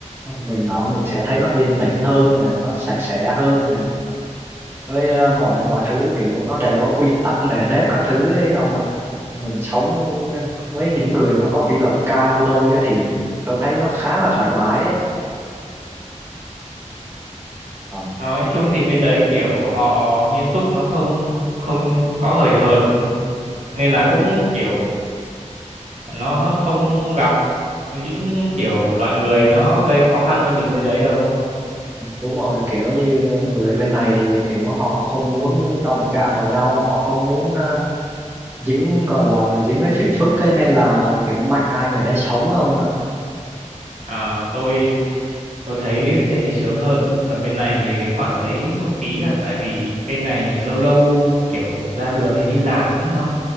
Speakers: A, on the right; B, on the right.
A: mình ở mình sẽ thấy nó yên tĩnh hơn nè nó sạch sẽ hơn nè với à, mọi mọi thứ kiểu nó đều có quy tắc nề nếp các thứ ấy ông ạ mình sống với những người mà có kỷ luật cao như tôi ấy thì tôi thấy nó khá là thoải mái ấy Ờ.
B: Nói chung thì bên đấy kiểu họ nghiêm túc nó không không có hời hợt ừ. nên là cũng kiểu nó không gặp những kiểu loại người nó gây khó khăn cho mình bên đấy đâu đúng không?
A: đúng rồi kiểu như người bên này thì kiểu họ không muốn đụng chạm vào nhau họ không muốn ờ, dính gọi là dính lấy phiền phức ấy, nên là kiểu mạnh ai người nấy sống không ạ
B: À, tôi Tôi thấy thế thì sướng hơn là bên này về cái khoản đấy một tí thật tại vì bên này lâu lâu kiểu ra đường hay đi làm ấy nó